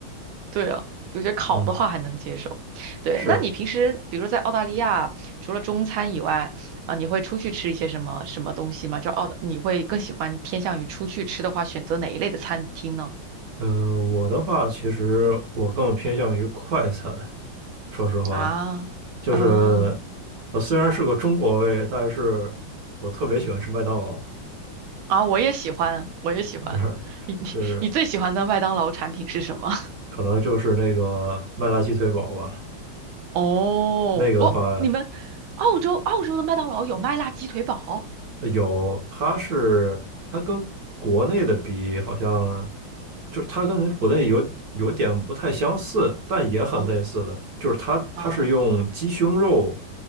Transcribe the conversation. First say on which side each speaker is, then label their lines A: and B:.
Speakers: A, on the right; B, on the right.
A: 对啊，我觉得烤的话还能接受。
B: 嗯，
A: 对，
B: 是，
A: 那你平时比如说在澳大利亚，除了中餐以外，啊、你会出去吃一些什么什么东西吗？就澳大，你会更喜欢偏向于出去吃的话，选择哪一类的餐厅呢？
B: 呃，我的话，其实我更偏向于快餐。说实话，
A: 啊，
B: 就是
A: 嗯，
B: 我虽然是个中国胃，但是我特别喜欢吃麦当劳，
A: 啊，我也喜欢，我也喜欢。
B: <laughs> 就是就是
A: 你你你最喜欢的麦当劳产品是什么？
B: 可能就是那个麦辣鸡腿堡吧。
A: <laughs> 哦，
B: 那个的话，
A: 我、你们澳洲澳洲的麦当劳有麦辣鸡腿堡？
B: 有，它是它跟国内的比，好像就是它跟国内有有点不太相似，但也很类似的，
A: 哦
B: 就是它它是用鸡胸肉
A: 啊，